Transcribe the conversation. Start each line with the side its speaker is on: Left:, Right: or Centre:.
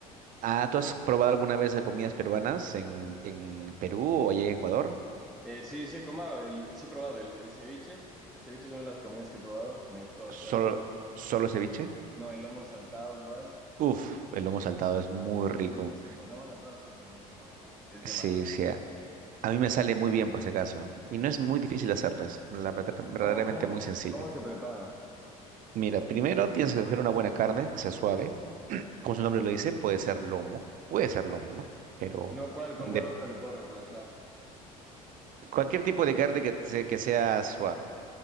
Right: Ah, ¿tú has probado alguna vez de comidas peruanas en, en Perú o allá en Ecuador?
Centre: Eh, sí, sí he comado, el- sí he probado el, el ceviche. El ceviche es una de las comidas que he probado, me gustó bastante.
Right: ¿Solo, solo ceviche?
Centre: No, el lomo saltado igual.
Right: Uf, el lomo saltado es muy
Centre: Es
Right: rico.
Centre: buenísimo, el lomo saltado sí es buenísimo. Es
Right: Sí,
Centre: demasiado.
Right: sí. A a mí me sale muy bien por si acaso. Y no es muy difícil hacerlo, es la verdad- verdaderamente
Centre: ¿Cómo, cómo,
Right: muy sencillo.
Centre: cómo se prepara?
Right: Mira, primero tienes que coger una buena carne que sea suave. Como su nombre lo dice, puede ser lomo. Puede ser lomo, ¿no? Pero
Centre: No, ¿cuál,
Right: de
Centre: con cuál otro le puedo reemplazar?
Right: cualquier tipo de carne que, se- que sea suave.